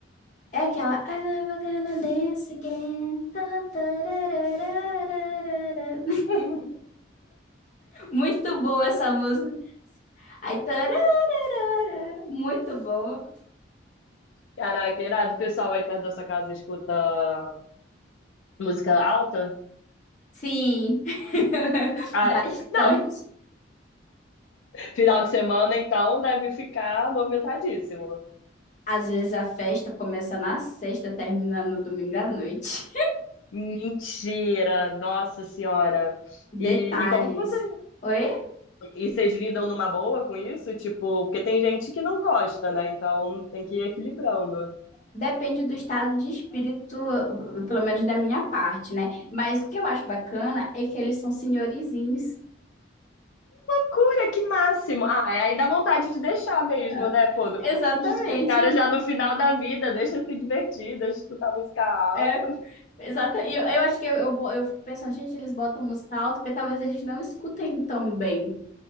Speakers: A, on the left (about 40°); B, on the left (about 80°).
A: É aquela I never gonna dance again. Tan, tarararararara.
B: <laughs>
A: <laughs> Muito boa essa música. Aí, tarararara. Muito boa.
B: Caraca, irado, o pessoal aí perto da sua casa escuta música alta?
A: Sim, <laughs>
B: Ah, é. não,
A: bastante.
B: final de semana então deve ficar movimentadíssimo.
A: Às vezes a festa começa na sexta, termina no domingo à noite.
B: Mentira, nossa senhora.
A: <laughs> Detalhes.
B: E, e como que você...
A: Oi?
B: E vocês lidam numa boa com isso? Tipo, porque tem gente que não gosta, né? Então tem que ir equilibrando.
A: Depende do estado de espírito, pelo menos da minha parte, né? Mas o que eu acho bacana é que eles são senhorizinhos.
B: Cura, que máximo! Ah, é, aí dá vontade de deixar mesmo,
A: Ah,
B: né, pô? do-
A: Exatamente.
B: Os caras já no final da vida, deixa se divertir, deixa escutar música alta.
A: É. Exato. E eu, eu acho que eu, eu, bo- eu fico pensando, gente, eles botam música alta porque talvez eles não escutem tão bem.